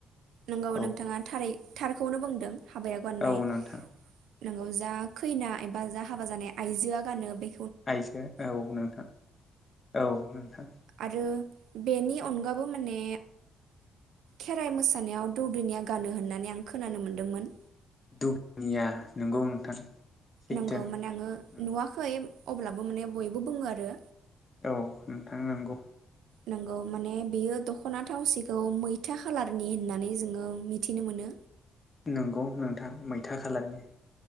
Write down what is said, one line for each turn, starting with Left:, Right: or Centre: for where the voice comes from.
Right: नंगौ
Left: औ
Right: नोंथाङा थारै थारखौनो बुंदों। हाबायाव गाननाय
Left: औ नोंथां
Right: नंगौ जा खैना एबा जा हाबा जानाय आइजोआ गानो बे
Left: आइजो औ नोंथां औ नोंथां।
Right: आरो बेनि अनगाबो माने खेराइ मोसानायाव दौदिनिया गानो होननानै आं खोनानो मोनदोंमोन।
Left: दौदिनिया नंगौ नोंथां। सैथो
Right: नंगौ माने आङो
Left: नंगौ
Right: नुवाखै। अब्लाबो माने बयबो बुङो आरो।
Left: औ नोंथां नंगौ।
Right: नोंगौ माने बेयो दख'ना थावसिखौ मैथा खालारनि होननानै जोङो मिथिनो मोनो।
Left: नंगौ नोंथां मैथा खालारनि